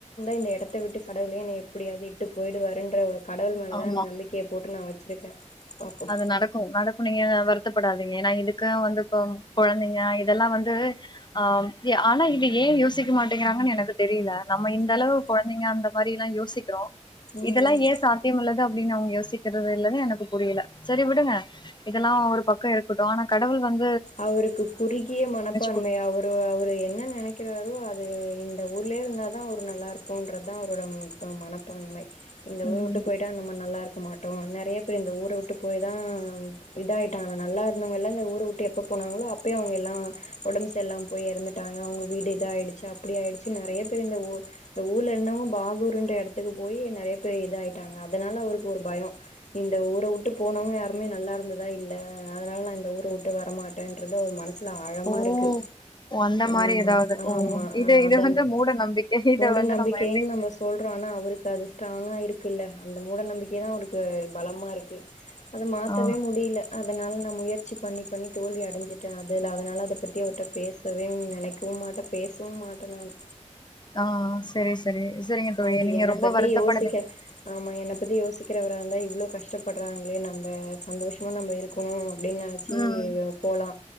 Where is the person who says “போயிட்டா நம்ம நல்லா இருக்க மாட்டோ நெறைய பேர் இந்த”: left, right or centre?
Left